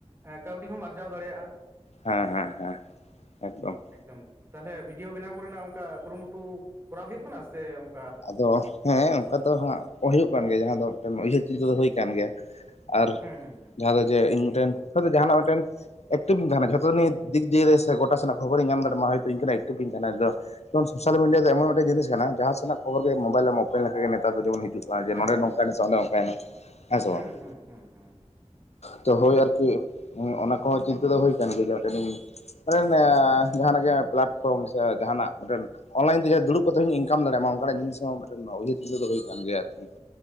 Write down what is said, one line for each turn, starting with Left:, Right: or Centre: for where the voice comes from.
Right: ᱠᱟᱹᱣᱰᱤ ᱦᱚᱢ ᱟᱨᱡᱟᱣ ᱫᱟᱲᱮᱭᱟᱜᱼᱟ ᱾
Left: ᱦᱮᱸ ᱦᱮᱸ ᱦᱮᱸ ᱮᱠᱫᱚᱢ ᱾
Right: ᱮᱠᱫᱚᱢ ᱛᱟᱦᱚᱞᱮ ᱵᱷᱤᱰᱭᱳ ᱵᱮᱱᱟᱣ ᱠᱚᱨᱮᱱᱟᱜ ᱚᱱᱠᱟ ᱠᱩᱨᱩᱢᱩᱴᱩ ᱠᱚᱨᱟᱣ ᱦᱩᱭᱩᱜ ᱠᱟᱱᱟ, ᱥᱮ ᱚᱱ
Left: ᱟᱫᱚ ᱦᱮᱸ ᱚᱱᱠᱟ ᱫᱚ ᱦᱟᱸᱜ ᱦᱩᱭᱩᱜ ᱠᱟᱱ ᱜᱮᱭᱟ ᱡᱟᱦᱟᱸ ᱫᱚ ᱢᱤᱫᱴᱮᱱ ᱩᱭᱦᱟᱹᱨ ᱪᱤᱡᱽ ᱫᱚ ᱦᱩᱭ ᱟᱠᱟᱱ ᱜᱮᱭᱟ ᱾ ᱟᱨ
Right: ᱦᱩᱸ ᱦᱩᱸ ᱦᱩᱸ
Left: ᱡᱟᱦᱟᱸ ᱫᱚ ᱡᱮ ᱤᱧ ᱢᱤᱫᱴᱮᱱ ᱦᱚᱭ ᱛᱚ ᱡᱟᱦᱟᱸᱱᱟᱜ ᱢᱤᱫᱴᱮᱱ‌ ᱮᱠᱴᱤᱵ ᱤᱧ ᱛᱟᱦᱮᱸᱱᱟ ᱡᱷᱚᱛᱚ ᱱᱤ ᱫᱤᱠ ᱫᱤᱭᱮ ᱥᱮ ᱜᱚᱴᱟ ᱥᱮᱱᱟᱜ ᱠᱷᱚᱵᱚᱨᱤᱧ ᱧᱟᱢ ᱫᱟᱲᱮᱭᱟᱜ ᱢᱟ ᱦᱚᱭᱛᱳ ᱤᱧ ᱠᱷᱚᱱᱟᱜ ᱮᱠᱴᱤᱵᱷ ᱜᱤᱧ ᱛᱟᱦᱮᱱᱟ ᱟᱫᱚ ᱡᱮᱢᱚᱱ ᱥᱳᱥᱟᱞ ᱢᱤᱰᱤᱭᱟ ᱫᱚ ᱮᱢᱚᱱ ᱢᱤᱫᱴᱮᱱ ᱡᱤᱱᱤᱥ ᱠᱟᱱᱟ ᱡᱟᱦᱟᱸ ᱥᱮᱱᱟᱜ ᱠᱷᱚᱵᱚᱨ ᱜᱮ ᱢᱳᱵᱟᱭᱤᱞ ᱮᱢ ᱚᱯᱮᱱ ᱞᱮᱠᱷᱟᱱ ᱜᱮ ᱱᱮᱛᱟᱨ ᱫᱚ ᱡᱮᱢᱚᱱ ᱦᱤᱡᱩᱜ ᱟ ᱡᱮ
Right: ᱮᱠᱫᱚᱢ
Left: ᱱᱚᱰᱮ ᱱᱚᱝᱠᱟᱭᱮᱱᱟ
Right: ᱮᱠᱫᱚᱢ
Left: ᱚᱱᱮ ᱚᱱᱠᱟᱭᱮᱱᱟ ᱦᱮᱸ ᱥᱮ
Right: ᱦᱩᱸ
Left: ᱵᱟᱝ ᱾
Right: ᱦᱩᱸ ᱦᱩᱸ ᱦᱩᱸ
Left: ᱛᱚ
Right: ᱛᱟᱯᱚᱨ
Left: ᱦᱚᱭ ᱟᱨᱠᱤ ᱚᱱᱟ ᱠᱚᱦᱚᱸ ᱪᱤᱱᱛᱟᱹ ᱫᱚ ᱦᱩᱭ ᱟᱠᱟᱱ ᱜᱮᱭᱟ ᱡᱮ <unintelligible> <unintelligible> ᱡᱟᱦᱟᱸᱱᱟᱜ ᱜᱮ ᱯᱞᱟᱴᱯᱷᱨᱚᱢ ᱥᱮ ᱡᱟᱦᱟᱸᱱᱟᱜ ᱢᱤᱫᱴᱮᱱ ᱚᱱᱞᱟᱭᱤᱱ ᱛᱮ ᱡᱟᱦᱟᱸ ᱫᱩᱲᱩᱵ ᱫᱩᱲᱩᱵ ᱠᱟᱛᱮ ᱦᱚᱸᱧ ᱤᱱᱠᱟᱢ ᱫᱟᱲᱮᱭᱟᱜᱼᱟ ᱢᱟ ᱚᱱᱠᱟ ᱡᱤᱱᱤᱥ ᱦᱚᱸ ᱢᱤᱫᱴᱮᱱ ᱩᱭᱦᱟᱹᱨ ᱫᱤᱥᱟᱹ ᱫᱚ ᱦᱩᱭ ᱟᱠᱟᱱ ᱜᱮᱭᱟ ᱟᱨᱠᱤ ᱾